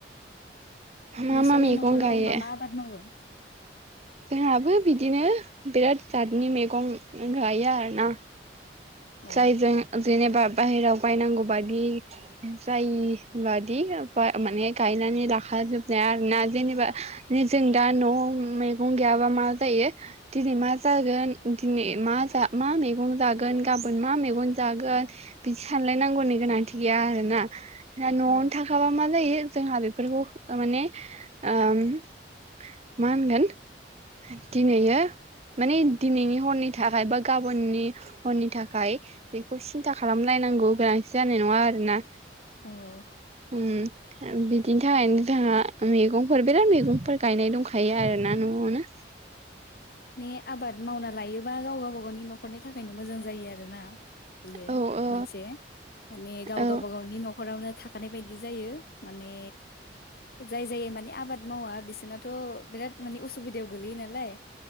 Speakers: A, on the right; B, on the left.
A: मा
B: नोंस्रालाय
A: मा मैगं
B: न'खराव
A: गायो
B: मा मा आबाद मावो?
A: जोंहाबो बिदिनो बिराद जादनि मैगं गायो आरोना
B: अ
A: जाइ जों जेनबा बाहेरायाव बायनांगौ बादि जाय बादि माने गायनानै लाखाजोबनाय आरोना जेनेबा जों दा न' मैगं गैयाबा मा जायो दिनै मा जागोन दिनै मा मा मैगं जागोन गाबोन मा मैगं जागोन बिदि सानलायनांगौनि गोनांथि गैया आरोना दा न'आवनो
B: औ
A: थाखाबा मा जायो जोंहा बेफोरखौ माने ओ मा होनगोन दिनैयो माने दिनैनि हरनि थाखाय बा गाबोननि हरनि थाखाय बेखौ सिन्था खालामलायनांगौ गोनांथि जानाय नङा आरोना
B: औ औ
A: ओम बिदिनि थाखायनो जोंहा मैगंफोर बिराद मैगंफोर गायनाय दंखायो आरोना न'आव न'आवनो
B: माने आबाद मावना लायोबा गाव गावबा गावनि न'खरनि थाखायनो मोजां जायो आरो ना बेयो
A: औ औ
B: मोनसे माने गाव
A: औ
B: गावबा गावनि न'खरावनो थाखानाय बायदि जायो माने जाय जाय माने आबाद मावा बिसोरनाथ' बिराद माने असुबिदायाव गोलैयो नालाय